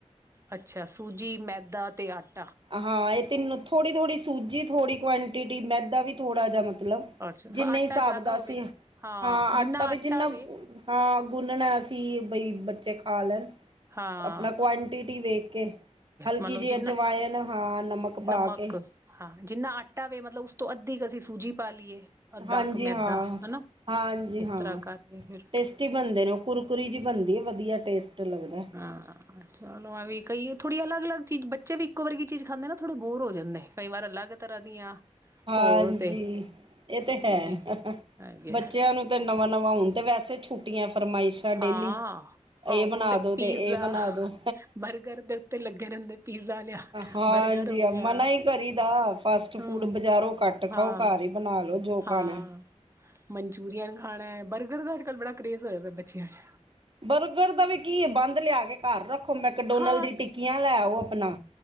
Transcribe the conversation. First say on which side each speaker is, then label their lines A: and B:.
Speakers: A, on the right; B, on the right.
A: ਅੱਛਾ ਸੂਜੀ, ਮੈਦਾ ਤੇ ਆਟਾ।
B: ਹਾਂ ਇਹ, ਤਿੰਨੋ ਥੋੜੀ -ਥੋੜੀ, ਸੂਜੀ ਥੋੜੀ ਕੁਆਂਟਿਟੀ ਮੈਦਾ ਵੀ ਥੋੜਾ ਜਿਹਾ, ਮੱਤਲਬ
A: ਅੱਛਾ
B: ਜਿੰਨੇ
A: ਆਟਾ
B: ਹਿਸਾਬ
A: ਜ਼ਿਆਦਾ
B: ਦਾ
A: ਹੋਵੇ
B: ਸੀ। ਹਾਂ,
A: ਜਿੰਨਾ
B: ਆਟਾ ਵੀ ਜਿੰਨਾਂ।
A: ਵੇ
B: ਹਾਂ ਗੁੰਨਣਾ ਅਸੀ, ਬਈ ਬੱਚੇ ਖਾ ਲੈਣ।
A: ਹਾਂ
B: ਆਪਣਾ ਕੁਆਂਆਂਟਿਟੀ ਵੇਖ ਕੇ ਹਲਕੀ
A: ਮਤਲਬ
B: ਜਿਹੀ
A: ਜਿੰਨਾ
B: ਅਜਵਾਇਣ ਹਾਂ ਨਮਕ ਪਾਕੇ।
A: ਨਮਕ ਹਾਂ। ਜਿੰਨਾ ਆੱਟਾ ਵੇ ਮੱਤਲਬ ਉਸ ਤੋਂ ਅੱਧੀ ਕੁ ਅਸੀਂ ਸੂੱਜ਼ੀ ਪਾ ਲਈਏ। ਅੱਧਾ
B: ਹਾਂਜੀ
A: ਕੁ ਮੈਦਾ
B: ਹਾਂ।
A: ਹਨਾ
B: ਹਾਂਜੀ
A: ਇਸ
B: ਹਾਂ।
A: ਤਰ੍ਹਾਂ ਕਰਕੇ ਫਿਰ
B: ਟੇਸਟੀ ਬਣਦੇ ਨੇ ਉਹ ਕੁਰਕਰੀ ਜਿਹੀ ਬਣਦੀ ਹੈ ਵਧੀਆ ਟੇਸਟ ਲੱਗਦਾ
A: ਹਾਂ ਚਲੋ ਆਵੀ ਕਈ ਥੋੜ੍ਹੀ ਅਲੱਗ ਅਲੱਗ ਚੀਜ਼ ਬੱਚੇ ਵੀ ਇੱਕੋ ਵਰਗੀ ਚੀਜ਼ ਖਾਂਦੇ ਨੇ ਥੋੜ੍ਹੇ ਬੋਰ ਹੋ ਜਾਂਦੇ। ਕਈ ਵਾਰ ਅਲੱਗ ਤਰ੍ਹਾਂ ਦੀਆਂ
B: ਹਾਂਜੀ।
A: ਹੋਰ ਤੇ
B: ਇਹ ਤੇ ਹੈ
A: ਉਹ ਵੀ ਹੈਗੇ
B: ਬੱਚਿਆਂ
A: ਆ
B: ਨੂੰ ਤੇ ਨਵਾਂ- ਨਵਾਂ ਹੋਣ ਤੇ, ਵੈਸੇ ਛੁੱਟੀਆਂ ਫਰਮਾਇਸ਼ ਡੇਲੀ
A: ਹਾਂ
B: ਇਹ
A: ਆਹ
B: ਬਣਾ
A: ਹੁਣ
B: ਦੋ
A: ਪੀਜ਼ਾ
B: ਤੇ ਇਹ ਬਣਾ ਦੋ।
A: <inaudible> ਤੇ ਲੱਗੇ ਰਹਿੰਦੇ। ਪੀਜ਼ਾ ਲਿਆ
B: ਹਾਂਜੀ
A: ਬਰਗੱਰ ਹੋ ਗਿਆ।
B: ਮਨਾ ਹੀ ਕਰੀ ਦਾ ਫਾਸਟ
A: ਹਂ
B: ਫੂਡ ਬਜ਼ਾਰੋਂ ਘੱਟ ਖਾਓ
A: ਹਾਂ
B: ਘਰ ਹੀ ਬਣਾ ਲੋ ਜੋ
A: ਹਾਂ।
B: ਖਾਣਾ
A: ਮਨਚੂਰੀਅਨ ਖਾਣਾ ਹੈ ਬਰਗੱਰ ਦਾ ਅੱਜ ਕੱਲ੍ਹ ਬੜਾ ਕਰੇਜ ਹੋਇਆ ਬੱਚਿਆਂ ਵਿਚ
B: ਬਰਗੱਰ ਦਾ ਵੀ ਕੀ ਬੰਧ ਲਿਆ ਕੇ ਘਰ ਰੱਖੋ ਮੈਕਡੋਨਲ
A: ਹਾਂ
B: ਦੀ ਟਿੱਕੀਆਂ ਲੈ ਆਉ ਆਪਣਾ